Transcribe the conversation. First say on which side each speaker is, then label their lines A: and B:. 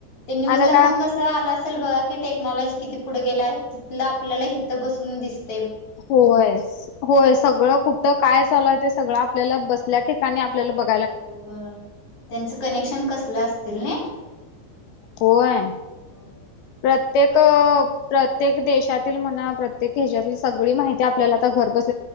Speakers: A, on the left; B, on the left.
A: ते न्यूज
B: आता
A: ला
B: का
A: पण कसं आला असं असल बघा की टेक्नॉलॉजी किती पुढ गेल आहे तिथलं आपल्याला हित बसून दिस
B: होयस होय सगळं कुठं काय चालू हाय ते सगळं आपल्याला बसल्या ठिकाणी आपल्याला बघ
A: होय त्यांचं कनेक्शन कसलं असतील नय.
B: होय.
A: होय.
B: प्रत्येक प्रत्येक देशातील म्हणा प्रत्येक ह्याच्यातील सगळी माहिती आपल्याला आता घर बस